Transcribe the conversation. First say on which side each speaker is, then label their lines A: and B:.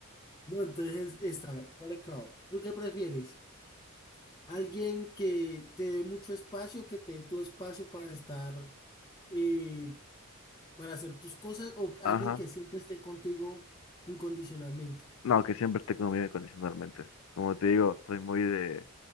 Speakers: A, on the left; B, on the left.
A: No, entonces está, por acá. ¿Tú qué prefieres? ¿Alguien que te dé mucho espacio, que te dé tu espacio para estar, eh, para hacer tus cosas o alguien
B: Ajá.
A: que siempre esté contigo incondicionalmente.
B: No, que siempre esté conmigo incondicionalmente. Como te digo, soy muy de